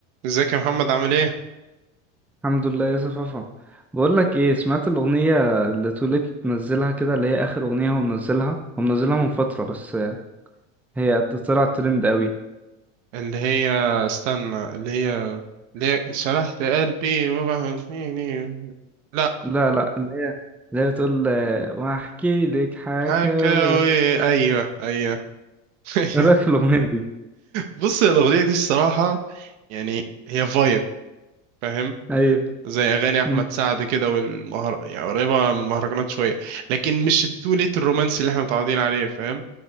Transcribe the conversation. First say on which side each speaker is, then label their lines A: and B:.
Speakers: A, on the right (about 65°); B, in the centre.
A: ازيك يا محمد عامل ايه
B: الحمد لله يا صفافة بقول لك ايه سمعت الاغنيه اللي توليت منزلها كده اللي هي اخر اغنيه هو منزلها هو منزلها من فتره بس هي طلعت ترند قوي
A: اللي هي استنى اللي هي اللي هي شرحت قلبي وبهنيني لا
B: لا لا اللي هي اللي هي بتقول آه، واحكي لك حكاوي
A: حكاوي
B: ايه
A: ايوه ايوه <laughs> ايوه
B: رايك في الاغنيه دي
A: بص يا الاغنيه دي الصراحه يعني هي فايب فاهم
B: ايوه
A: زي اغاني احمد
B: مم.
A: سعد كده والمهر يعني قريبه من المهرجانات شويه لكن مش التوليت الرومانسي اللي احنا متعودين عليه فاهم